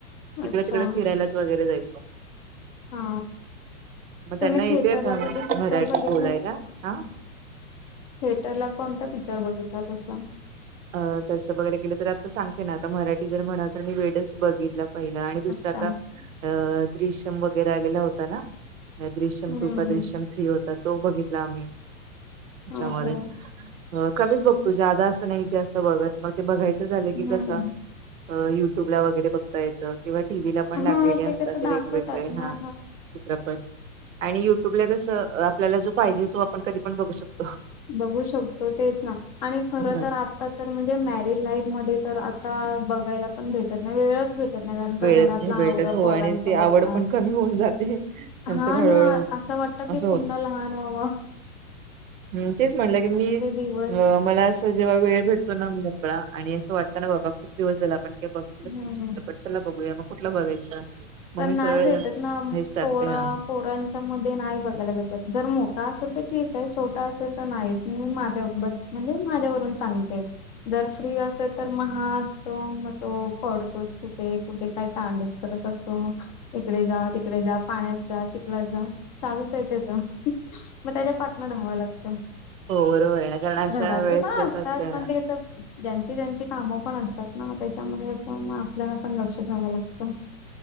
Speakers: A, on the right (about 70°); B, on the left (about 30°).
A: ईकडे
B: अच्छा
A: तिकडे फिरायलाच वगैरे जायचो.
B: हा
A: मग त्यांना
B: तुम्ही
A: येते
B: थेटरला
A: आता
B: कधी पिक्चर
A: मराठी
B: बघितलात
A: बोलायला हा
B: थिएटरला कोणत पिक्चर बघितात असं?
A: अ तस वगैरे केलं तर आत्ता सांगते ना आता मराठी जर म्हणा तर मी वेड च बघितलं. पहिलं आणि दुसरं
B: अच्छा
A: आता. अ द्रृश्यम वगैरे आलेला होता ना दृश्यम
B: हम्म.
A: टुका दृश्यम थ्री होता तो बघितला आम्ही त्याच्यामध्ये
B: हो का
A: कमीच बघतो जादा असं नाही जास्त बघत मग ते बघायचं झालं
B: हम्म
A: की कसं युट्यूब ला वगैरे बघता येतं. किंवा टी व्ही ला पण
B: हा
A: लागलेले असतात
B: कसं
A: ते
B: दाखवतात
A: वेगवेगळे हा
B: ना
A: चित्रप. आणि युट्यूबला कसं आपल्याला जो पाहिजे तो आपण कधी पण बघू शकतो.
B: बघू शकतो तेच ना आणि खर
A: हा
B: तर आता. तर म्हणजे मॅरिड लाईफ मध्ये तर आता बघायला पण भेटत नाही वेगळाच भेट.
A: वेळच
B: का घरातलं
A: नाही
B: आवर
A: भेटत हो
B: पोरांच
A: आणि ती
B: बघा
A: आवड पण कमी होऊन जाते नंतर
B: हा
A: हळूहळू
B: ना असं वाट की
A: असं
B: पुन्हा लहान हवं
A: ह् तेच म्हटलं की मी
B: दिवस
A: मला. जेव्हा वेळ भेटतो मोकळा आणि असं वाटत ना बाबा खूप दिवस झाला आपण काही बघितलंच
B: हम्म
A: नाही चित्रपट. चला बघूया मग कुठला बघायचा. मग
B: पण
A: मी सरळ
B: नाही भेटत ना
A: हेच टाकते
B: पोर
A: हा
B: पोरण त्याच्या म नाही बघायला जात जर मोठा असेल तर ठीक आहे छोटा असेल तर नाहीच मी माझ्याबत म्हणजे माझ्यावरून सांगते जर फ्री असेल. तर मग हा असतो मग तो पडतोच कुठे कुठे काय कांडच करत असतो. तो इकडे जा तिकडे जा पाण्यात जा चिखलात जा चालूच आहे त्याचा. मग त्याच्या पाटना धावं लागत
A: हो बरोबर आहे ना कारण अशा
B: घरातले
A: वेळेस
B: पण
A: कसं
B: असतात
A: असतं
B: पण तेस ज्यांची ज्यांची कामं पण असतात ना त्याच्यामध्ये असं आपल्याला पण लक्ष ठेव लागतं.